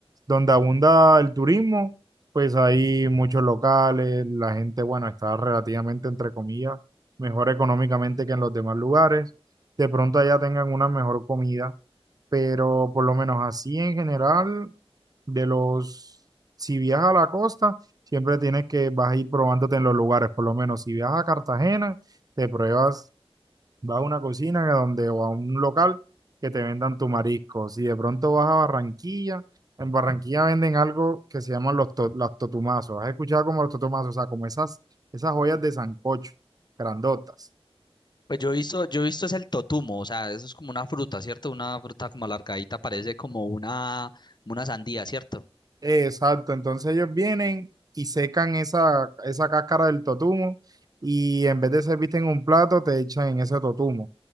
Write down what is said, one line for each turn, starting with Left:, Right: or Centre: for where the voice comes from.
Right: donde abunda el turismo, pues hay muchos locales, la gente, bueno, está relativamente entre comillas mejor económicamente que en los demás lugares. De pronto allá tengan una mejor comida, pero por lo menos así en general, de los, si viajas a la costa, siempre tienes que, vas a ir probándote en los lugares, por lo menos si viajas a Cartagena, te pruebas, vas a una cocina que donde, o a un local que te vendan tu marisco. Si de pronto vas a Barranquilla, en Barranquilla venden algo que se llaman los to- las totumazos. ¿Has escuchado como los totumazos? O sea, como esas, esas joyas de sancocho, grandotas.
Left: Pues yo he visto, yo he visto es el totumo, o sea, eso es como una fruta, ¿cierto? Una fruta como alargadita, parece como una, como una sandía, ¿cierto?
Right: Exacto, entonces ellos vienen y secan esa, esa cáscara del totumo y en vez de servirte en un plato, te echan en ese totumo.